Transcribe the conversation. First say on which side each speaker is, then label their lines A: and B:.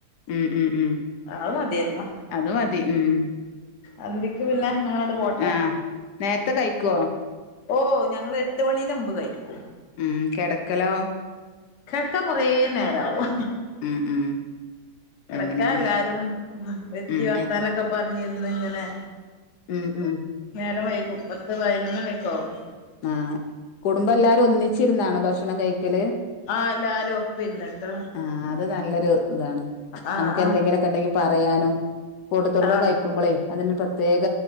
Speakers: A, on the left; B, on the left.
A: ഉം ഉം ഉം
B: ആഹ് മതിയായിരുന്നു.
A: അത് മതി ഉം
B: അന്തിക്ക് പിന്നെ അങ്ങനോണ്ട് പോട്ടെ.
A: ആഹ് നേരത്തെ കഴിക്കോ?
B: ഓ ഞങ്ങൾ എട്ട് മണിന് മുമ്പ് കഴിക്കും.
A: ഉം കിടക്കലോ.
B: കെട്ക്കാൻ കൊറെ നേരാവും.
A: ഉം ഉം.
B: കിടക്കാൻ
A: അങ്ങനെയാണ്
B: എല്ലാരും വെത്തി
A: ഉം
B: വർത്താനൊക്കെ
A: ഉം
B: പറഞ്ഞിരുന്നു ഇങ്ങനെ.
A: ഉം ഉം.
B: നേരം വൈകും പത്ത് പതിന്നോന്ന്ണി ഒക്കെ ആവും.
A: ആഹ് കുടുംബം എല്ലാരും ഒന്നിച്ചിരുന്നാണോ ഭക്ഷണം കഴിക്കല്.
B: ആഹ് എല്ലരും ഒപ്പം ഇരുന്നിട്ട്.
A: ആഹ് അത് നല്ലൊരു. ഇതാണ്
B: ആഹ്
A: നമുക്ക്
B: ആഹ്
A: എന്തെങ്കിലുമൊക്കെ ഉണ്ടെങ്കിൽ പറയാനും കൂട്ടത്തോട്ട്ക്ക
B: ആഹ്
A: കഴിക്കുമ്പളേയ് അത് ഒരു പ്രത്യേക